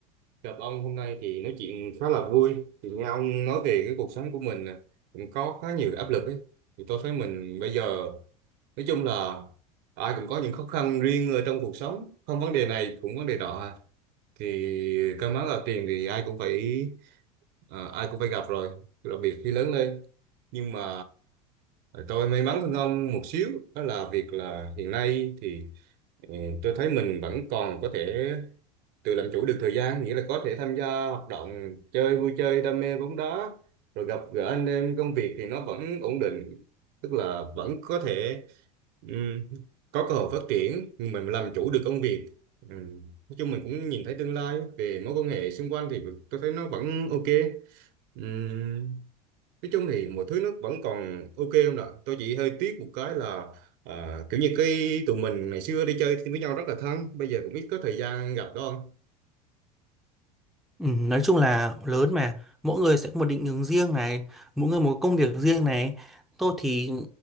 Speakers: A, on the right; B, in the centre.
A: gặp ông hôm nay thì nói chuyện khá là vui thì nghe ông nói về cái cuộc sống của mình nè, cũng có khá nhiều áp lực ấy thì tôi thấy mình bây giờ nói chung là ai cũng có những khó khăn riêng ở trong cuộc sống không vấn đề này cũng vấn đề đó à. thì cơm áo gạo tiền thì ai cũng phải à, ai cũng phải gặp rồi đặc biệt khi lớn lên nhưng mà tôi may mắn hơn ông một xíu đó là việc là hiện nay thì ừ, tôi thấy mình vẫn còn có thể tự làm chủ được thời gian nghĩa là có thể tham gia hoạt động chơi vui chơi đam mê bóng đá rồi gặp gỡ anh em công việc thì nó vẫn ổn định tức là vẫn có thể Ừm, có cơ hội phát triển mình làm chủ được công việc Ừm, nói chung mình cũng nhìn thấy tương lai về mối quan hệ xung quanh thì tôi thấy nó vẫn ok Ừm, nói chung thì mọi thứ nó vẫn còn ok không ạ tôi chỉ hơi tiếc một cái là à, kiểu như cái tụi mình ngày xưa đi chơi với nhau rất là thân bây giờ cũng ít có thời gian gặp đó không
B: Ừ, nói chung là lớn mà, mỗi người sẽ có một định hướng riêng này, mỗi người một công việc riêng này. Tôi thì